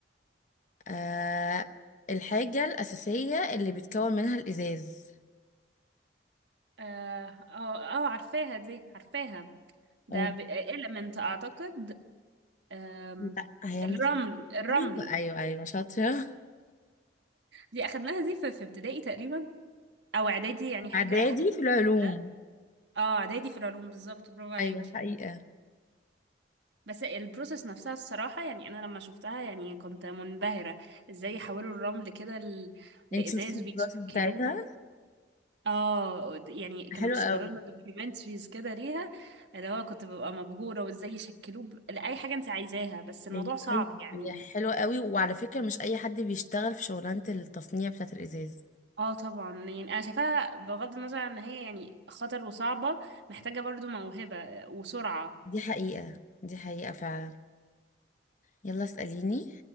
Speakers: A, on the left; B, on the right.
A: آه الحاجة الأساسية اللي بيتكون منها الإزاز
B: اه اه آه، عارفاها دي عارفاها ده
A: قول
B: إليمنت اعتقد آم،
A: لا هي
B: الرمل
A: مش
B: الرمل
A: أيوة أيوة أيوة شاطرة
B: دي اخدناها دي في في ابتدائي تقريبا او اعدادي يعني
A: <laughs>
B: حاجة
A: إعدادي
B: حاجة في
A: في العلوم
B: ده اه اعدادي في العلوم بالظبط برافو عليكي
A: أيوة حقيقة
B: بس البروسيس نفسها الصراحة يعني أنا لما شفتها يعني كنت منبهرة ازاي يحولوا الرمل كده ل- لإزاز
A: انت شفتي الدراسة
B: ويشكلوه
A: بتاعتها
B: اه يعني كانوا
A: حلوة
B: بيشغلوا
A: قوي
B: لنا دوكيومنتريز كده ليها اللي هو كنت ببقى مبهورة وازاي يشكلوه ب- لأي حاجة انت عايزاها بس الموضوع
A: هي
B: صعب
A: أيوة
B: يعني
A: هي حلوة قوي وعلى فكرة مش أي حد بيشتغل في شغلانة التصنيع بتاعة الإزاز
B: اه طبعا يعني انا شايفاها بغض النظر عن ان هي يعني خطر وصعبة محتاجة برضو موهبة وسرعة
A: دي حقيقة دي حقيقة فعلا يلا اسأليني